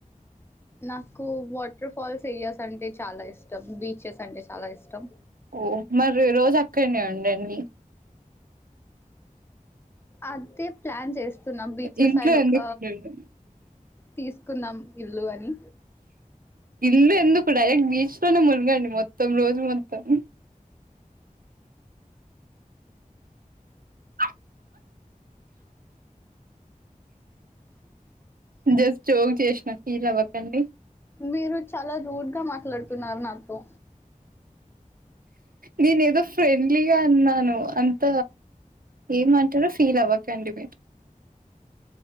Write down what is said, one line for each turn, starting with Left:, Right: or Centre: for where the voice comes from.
Left: నాకు వాటర్ ఫాల్స్ ఏరియాస్ అంటే చాలా ఇష్టం బీచెస్ అంటే చాలా ఇష్టం
Right: ఓ మరి రోజు అక్కడనే ఉండండి
Left: అదే ప్లాన్ చేస్తున్నాం బీచెస్
Right: ఇంట్లో
Left: సైడ్ ఒక
Right: ఎందుకు ఉండండి
Left: తీసు. కున్నాం ఇల్లు అని.
Right: ఇల్లు ఎందుకు డైరెక్ట్ బీచ్. మునగండి మొత్తం రోజు మొత్త్ ఉమ్ ఆహ్ జస్ట్ జోక్ చేసిన. ఫీల్ అవ్వకండి.
Left: మీరు చాలా రూడ్ గా మాట్లాడుతున్నారు నాతో.
Right: నేను ఏదో ఫ్రెండ్లీగా అన్నాను. అంత ఏమంటారో ఫీల్ అవ్వకండి మీరు.